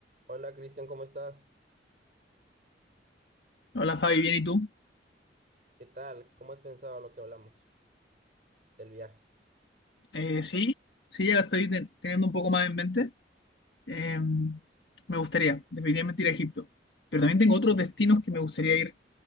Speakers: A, on the right (about 45°); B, on the left (about 75°).
A: Hola Cristian, ¿cómo estás?
B: Hola Fabi, bien, ¿y tú?
A: ¿Qué tal? ¿Cómo has pensado lo que hablamos del viaje?
B: Eh, sí, sí, ya la estoy ten- teniendo un poco más en mente. Eh, me gustaría definitivamente ir a Egipto, pero también tengo otros destinos que me gustaría ir,